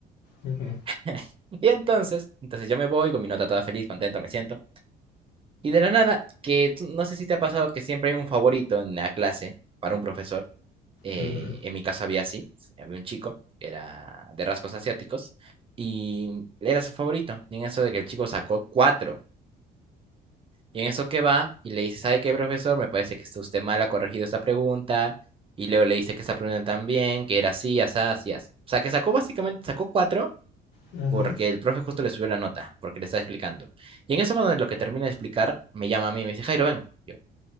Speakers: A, on the left; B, on the right.
A: ujú.
B: <laughs> Y entonces, entonces yo me voy con mi nota toda feliz, contento me siento. Y de la nada, que tú- no sé si te ha pasado que siempre hay un favorito en la clase para un profesor. eh,
A: Ujú,
B: en mi caso había así, había un chico que era de rasgos asiáticos y era su favorito. Y en eso de que el chico sacó cuatro. Y en eso que va y le dice, ¿sabe qué, profesor? Me parece que está usted mal, ha corregido esta pregunta. Y luego le dice que esta pregunta también, que era así, así, así, así. O sea, que sacó básicamente, sacó cuatro
A: ujú,
B: porque el profe justo le subió la nota, porque le estaba explicando. Y en eso cuando lo que termina de explicar, me llama a mí, me dice, Jairo, ven. Yo,